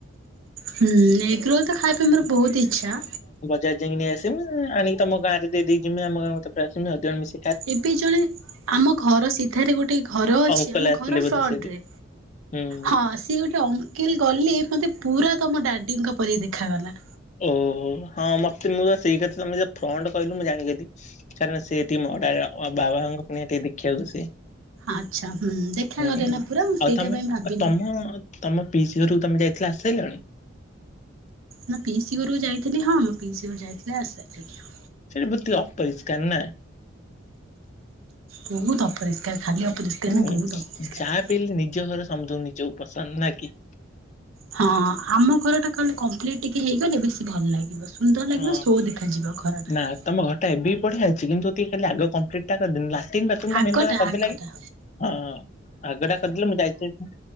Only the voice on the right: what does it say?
ହୁଁ ଏଗ୍ ରୋଲ୍ ତ ଖାଇବା ପାଇଁ ମୋର ବହୁତ ଇଚ୍ଛା।
ଏବେ ଜଣେ ଆମ ଘର ସିଧାରେ ଗୋଟେ ଘର ଅଛି
ଆମ
ଘର
ଫ୍ରଣ୍ଟ
ରେ।
ହଁ ସିଏ ଗୋଟେ ଅଙ୍କଲ ଗଲେ ମତେ ପୁରା ତମ ଡାଡିଙ୍କ ପରି ଦେଖାଗଲା।
ଆଚ୍ଛା ହୁଁ ଦେଖାଗଲେ
ନା ପୁରା ମୁଁ
ସେଇଟା
ପାଇଁ ଭାବିଲି।
ନା ପିଇ ସି ଘରକୁ ଯାଇଥିଲି ହଁ ମୁଁ ପିଇସି ଘରୁ ଯାଇଥିଲି ଆସିସାଇଲିଣ।
ବହୁତ ଅପରିଷ୍କାର ଖାଲି ହାତ ଦୂଷିତ
ହେଲେ ବହୁତ ଅପରିଷ୍କାର।
ହଁ ଆମ ଘର ଟା କାଲେ କମ୍ପ୍ଲିଟ ଟିକେ ହେଇଗଲେ ବେଶୀ ଭଲ ଲାଗେ। <unintelligible> ସୁନ୍ଦର
ଲାଗିବ ସୋ ଦେଖାଯିବ ଘରଟା।
ଆଗଟା
ଆଗଟା